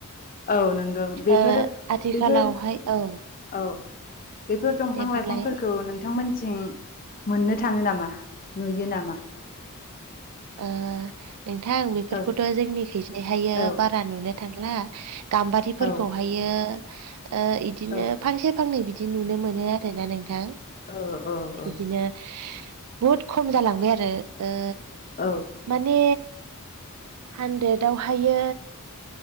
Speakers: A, on the left; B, on the right.
A: औ नंगौ बेफोर
B: ओ आथिखालावहाय
A: बेफोर
B: औ
A: औ बेफोर दंफां
B: दे बुंलाय
A: लाइफांफोरखौ नोंथांमोननिथिं थिं मोननो थाङो नामा नुयो नामा?
B: ओ नोंथां बेफोरखौथ'
A: औ
B: जोंनिखैजायहायो
A: औ
B: बारा नुनो थांला। गाम्बारिफोरखौहायो
A: औ
B: ओ इदिनो
A: औ
B: फांसे फांनै बिदि नुनो मोनो आरोना नोंथां
A: औ औ औ
B: बिदिनो बुहुद खम जालांबाय आरो ओ
A: औ
B: माने हानद्रेदवहायो